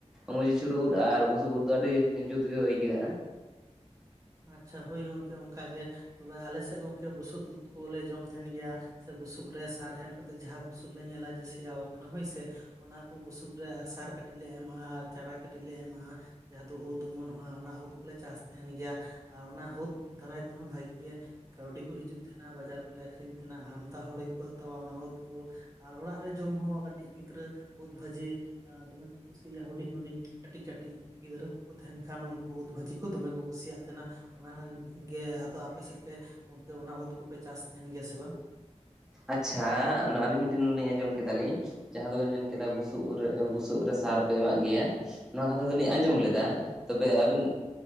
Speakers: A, in the centre; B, on the right.
A: ᱢᱚᱪᱤ ᱪᱷᱩᱨᱟᱹ ᱩᱫ ᱟᱨ ᱵᱩᱥᱩᱵ ᱩᱫ ᱫᱚ ᱟᱹᱰᱤ ᱡᱩᱛᱜᱮ ᱟᱹᱭᱠᱟᱹᱜᱼᱟ᱾
B: ᱟᱪᱪᱷᱟ ᱦᱳᱭ ᱜᱚᱝᱠᱮ ᱚᱱᱠᱟ ᱜᱮ ᱛᱚᱵᱮ ᱟᱞᱮ ᱥᱮᱫ ᱜᱚᱝᱠᱮ ᱵᱩᱥᱩᱛ ᱩᱫ ᱠᱚᱞᱮ ᱡᱚᱢ ᱛᱟᱦᱮᱱ ᱜᱮᱭᱟ᱾ ᱥᱮ ᱵᱩᱥᱩᱯ ᱨᱮ ᱥᱟᱨ ᱮᱢ ᱠᱟᱛᱮ ᱡᱟᱦᱟᱸ ᱵᱩᱥᱩᱵ ᱞᱮ ᱧᱮᱞᱟ ᱡᱮ ᱥᱮᱭᱟᱣ ᱠᱟᱱᱟ ᱦᱳᱭ ᱥᱮ ᱚᱱᱟ ᱠᱚ ᱵᱩᱥᱩᱵ ᱨᱮ ᱥᱟᱨ ᱠᱟ ᱠᱟᱹᱴᱤᱡ ᱞᱮ ᱮᱢᱟᱜᱼᱟ ᱟᱨ ᱪᱟᱨᱟ ᱠᱟᱹᱴᱤᱡ ᱞᱮ ᱮᱢᱟᱜᱼᱟ ᱡᱟᱦᱟᱸ ᱫᱚ ᱩᱫ ᱚᱢᱚᱱᱚᱜᱼᱟ, ᱚᱱᱟ ᱩᱫ ᱠᱚᱞᱮ ᱪᱟᱥ ᱛᱟᱦᱮᱱ ᱜᱮᱭᱟ᱾ ᱟᱨ ᱚᱱᱟ ᱩᱫ ᱫᱟᱨᱟᱭ ᱛᱮᱦᱚᱸ ᱵᱷᱟᱜᱤ ᱜᱮ, ᱠᱟᱹᱣᱰᱤ ᱠᱚ ᱦᱤᱡᱩᱜ ᱛᱟᱦᱮᱱᱟ, ᱵᱟᱡᱟᱨ ᱠᱚᱞᱮ ᱟᱠᱷᱨᱤᱧ ᱛᱟᱦᱮᱱᱟ, ᱟᱢᱫᱟ ᱦᱚᱲ ᱜᱮᱠᱚ ᱦᱟᱛᱟᱣᱟ ᱚᱱᱟ ᱩᱫ ᱠᱩ᱾ ᱟᱨ ᱚᱲᱟᱜ ᱨᱮ ᱡᱚᱢ ᱦᱚᱸ ᱠᱟᱹᱴᱤᱡ ᱜᱤᱫᱽᱨᱟᱹ ᱩᱫ ᱵᱷᱟᱹᱡᱤ ᱫᱚᱢᱮ ᱠᱚ ᱠᱩᱭᱤᱭᱟ ᱦᱩᱰᱤᱧ-ᱦᱩᱰᱤᱧ ᱠᱟᱹᱴᱤᱡ-ᱠᱟᱹᱴᱤᱡ ᱜᱤᱫᱽᱨᱟᱹ ᱠᱚ ᱛᱟᱦᱮᱱ ᱠᱷᱟᱱ ᱩᱱᱠᱩ ᱩᱫᱽ ᱵᱷᱟᱹᱡᱤ ᱠᱚ ᱫᱚᱢᱮ ᱠᱚ ᱠᱩᱥᱤᱭᱟᱜ ᱥᱮᱱᱟ ᱚᱱᱟ ᱜᱮ ᱟᱫᱚ ᱟᱯᱮ ᱥᱮᱫ ᱯᱮ ᱚᱱᱛᱮ ᱚᱱᱟ ᱩᱫ ᱠᱚᱯᱮ ᱪᱟᱥ ᱛᱟᱦᱮᱱ ᱜᱮᱭᱟ ᱥᱮ ᱵᱟᱝ
A: ᱟᱪᱪᱷᱟ ᱱᱚ ᱟᱹᱞᱤᱧ ᱢᱤᱫᱴᱮᱱ ᱞᱤᱧ ᱟᱸᱡᱚᱢ ᱠᱮᱫᱟᱞᱤᱧ ᱡᱟᱦᱟᱸ ᱫᱚᱵᱮᱱ ᱢᱮᱱ ᱠᱮᱫᱟ ᱵᱩᱥᱩᱵ ᱨᱮ ᱵᱩᱥᱩᱵ ᱨᱮ ᱥᱟᱨᱯᱮ ᱮᱢᱟᱜ ᱜᱮᱭᱟ ᱱᱚᱣᱟ ᱠᱟᱛᱷᱟ ᱫᱚᱞᱤᱧ ᱟᱸᱡᱚᱢ ᱞᱮᱫᱟ ᱛᱚᱵᱮ ᱟᱹᱵᱤᱱ